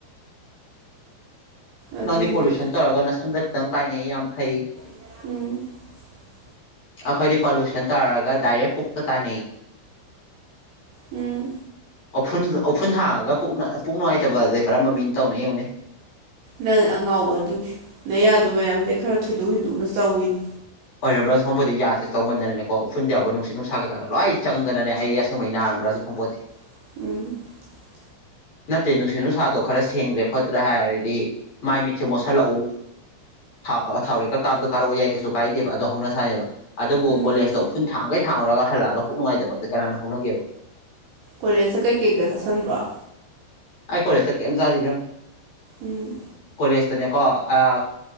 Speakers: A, on the left; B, on the right.
A: <inaudible>
B: ꯑꯗꯨꯒꯤ
A: ꯅꯪꯗꯤ ꯄꯣꯂꯨꯁꯟ ꯇꯧꯔꯒ ꯅꯁꯝꯗ ꯈꯤꯇꯪ ꯇꯥꯏꯅꯩ ꯌꯥꯝ ꯐꯩ
B: <inaudible>
A: ꯑꯩꯈꯣꯏꯗꯤ ꯄꯣꯂꯨꯁꯟ ꯇꯧꯔꯒ ꯗꯥꯏꯔꯦꯛ ꯄꯨꯛꯇ ꯇꯥꯏꯅꯩ
B: ꯎꯝ
A: ꯎꯐꯨꯟ ꯎꯐꯨꯟ ꯊꯥꯡꯉꯒ ꯄꯨꯛ ꯄꯨꯛ ꯅꯨꯡꯉꯥꯏꯇꯕꯁꯦ ꯀꯔꯝꯕ ꯃꯤꯅ ꯇꯧꯅꯩ ꯌꯦꯡꯉꯨꯅꯦ
B: ꯅꯪ ꯑꯉꯥꯎꯕ ꯑꯗꯨꯒꯤ ꯅꯌꯥꯗꯣ ꯃꯌꯥꯝꯗꯩ ꯈꯔ ꯊꯣꯏꯗꯣꯛ ꯍꯦꯟꯗꯣꯛꯅ ꯆꯧꯋꯤꯅꯦ
A: ꯑꯣꯏꯔꯝꯕ꯭ꯔꯁꯨ ꯈꯪꯄꯣꯇꯦ ꯌꯥꯁꯦ ꯆꯧꯃꯟꯗꯅꯀꯦ ꯎꯐꯨꯟꯗ ꯌꯥꯎ ꯅꯨꯡꯁꯤ ꯅꯨꯡꯁꯥ ꯀꯩꯀꯥꯟꯗꫭ ꯂꯣꯏ ꯆꯪꯗꯅ ꯑꯩ ꯑꯁꯦꯡꯕꯩ ꯅꯔꯝꯕ꯭ꯔꯁꯨ ꯈꯪ ꯄꫭꯇꯦ
B: <inaudible>
A: ꯅꯠꯇꯦ ꯅꯨꯡꯁꯤꯠ ꯅꯨꯡꯁꯥꯗꯣ ꯈꯔ ꯁꯦꯡꯗ꯭ꯔꯦ ꯈꯣꯠꯇ꯭ꯔꯦ ꯍꯥꯏꯔꯗꯤ ꯃꯥꯏ ꯃꯤꯠꯁꯦ ꯃꯣꯠꯁꯤꯜꯂꯛꯎ ꯥꯊꯥꯎ ꯊꯥꯎꯔꯦꯛꯀ ꯀꯥꯕꯗꯣ ꯀꯥꯔꯛꯑꯣ ꯌꯥꯏ ꯀꯩꯁꯨ ꯀꯥꯏꯗꯦꯕ ꯑꯗꯣ ꯍꯧꯅ ꯁꯥꯅꯦꯕ ꯑꯗꯨꯕꯨ
B: ꯎꯝ
A: ꯀꯣꯂꯦꯖꯇ ꯎꯐꯨꯟ ꯊꯥꯡꯒꯩ ꯊꯥꯡꯉꯨꯔꯒ ꯍꯜꯂꯛꯑꯒ ꯄꯨꯛ ꯅꯨꯡꯉꯥꯏꯇꯕꯁꯦ ꯀꯅꯥꯅ ꯍꯧꯅꯒꯦꯕ
B: ꯀꯣꯂꯦꯖꯇ ꯀꯩꯀꯩꯒ ꯆꯥꯁꯤꯟꯕ꯭ꯔꫭ
A: ꯑꯩ ꯀꯣꯂꯦꯖꯇ ꯀꯩꯝ ꯆꯥꯗꯦ ꯏꯕꯦꯝ
B: ꯎꯝ
A: ꯂꯦꯁꯇꯅꯦꯀꯣ ꯑ